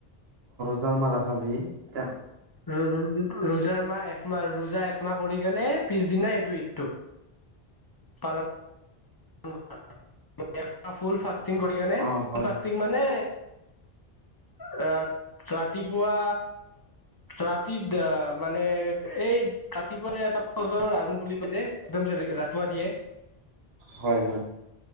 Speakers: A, on the right (about 80°); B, on the left (about 30°).
A: <unintelligible>
B: ৰ ৰোজাৰ একমাহ ৰোজা একমাহ কৰি কেনে পিছ দিনাই এইটো ঈদটো পালন <unintelligible> একমাহ ফুল ফাষ্ট কৰি আনে
A: অ হয়
B: ফাষ্টিং মানে ৰা ৰাতিপুৱা ৰাতি আহ মানে এই ৰাতিপুৱা যে এটাব জৰ আজান বুলি কৈ যে একদম যে ৰাতিপুৱা দিয়ে
A: হয় হয়